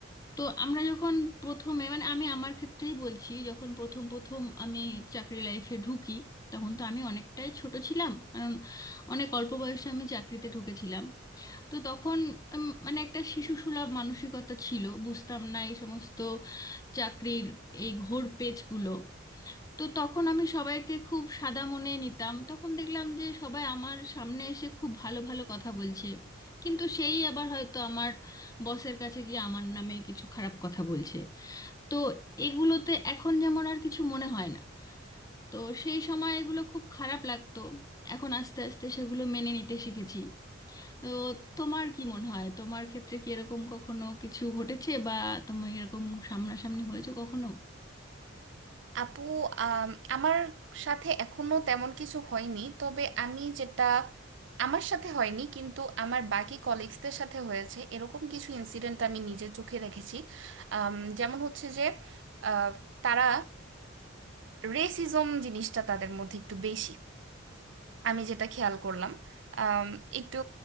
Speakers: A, on the left (about 20°); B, on the right (about 65°).
A: তো আমরা যখন প্রথমে মানে আমি আমার ক্ষেত্রেই বলছি যখন প্রথম প্রথম আমি চাকরি লাইফে ঢুকি তখন তো আমি অনেকটাই ছোট ছিলাম কারণ অনেক অল্প বয়সে আমি চাকরিতে ঢুকেছিলাম তো তখন উম, মানে একটা শিশুসুলভ মানসিকতা ছিল বুঝতাম না এই সমস্ত চাকরির এই ঘোর পেচগুলো তো তখন আমি সবাইকে খুব সাদা মনে নিতাম তখন দেখলাম যে সবাই আমার সামনে এসে খুব ভালো ভালো কথা বলছে কিন্তু সেই আবার হয়তো আমার বসের কাছে গিয়ে আমার নামে কিছু খারাপ কথা বলছে তো এগুলোতে এখন যেমন আর কিছু মনে হয় না তো সেই সময় এগুলো খুব খারাপ লাগতো এখন আস্তে আস্তে সেগুলো মেনে নিতে শিখেছি তো তোমার কি মনে হয় তোমার ক্ষেত্রে কি এরকম কখনো কিছু ঘটেছে বা তুমি এরকম সামনাসামনি হয়েছে কখনো
B: আপু আম, আমার সাথে এখনো তেমন কিছু হয়নি তবে আমি যেটা আমার সাথে হয়নি কিন্তু আমার বাকি কলিগসদের সাথে হয়েছে এরকম কিছু ইনসিডেন্ট আমি নিজে চোখে দেখেছি আম, যেমন হচ্ছে যে আহ, তারা রেসিজম জিনিসটা তাদের মধ্যে একটু বেশি আমি যেটা খেয়াল করলাম আম, একটু